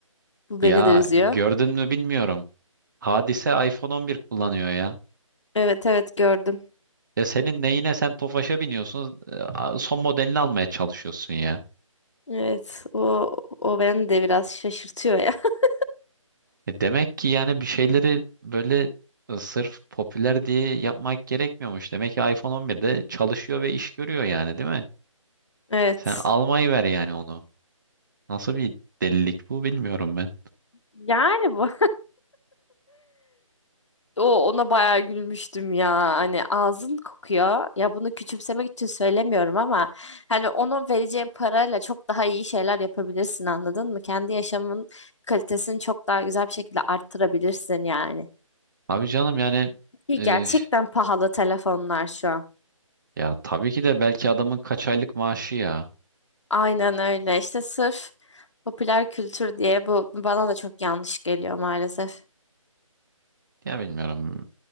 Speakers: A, on the left (about 60°); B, on the right (about 35°).
A: Bu
B: Ya
A: beni de üzüyor.
B: gördün mü bilmiyorum. Hadise iPhone 11 kullanıyor ya.
A: Evet evet gördüm.
B: Ya senin neyine sen Tofaş'a biniyorsun, e, a- son modelini almaya çalışıyorsun ya.
A: Evet o o beni de biraz şaşırtıyor ya. <laughs>
B: E Demek ki yani bir şeyleri böyle e, sırf popüler diye yapmak gerekmiyormuş. Demek ki iPhone 11'de çalışıyor ve iş görüyor yani, değil mi?
A: Evet.
B: Sen almayı ver yani onu. Nasıl bir delilik bu bilmiyorum ben.
A: Yani bu. O ona bayağı gülmüştüm ya. Hani ağzın kokuyor. Ya bunu küçümsemek için söylemiyorum ama hani onun vereceğin parayla çok daha iyi şeyler yapabilirsin anladın mı? Kendi yaşamın kalitesini çok daha güzel bir şekilde arttırabilirsin yani.
B: Abi canım yani
A: Ki
B: e,
A: gerçekten pahalı telefonlar şu an.
B: ya tabii ki de belki adamın kaç aylık maaşı ya.
A: Aynen öyle. İşte sırf popüler kültür diye bu bana da çok yanlış geliyor maalesef.
B: Ya bilmiyorum.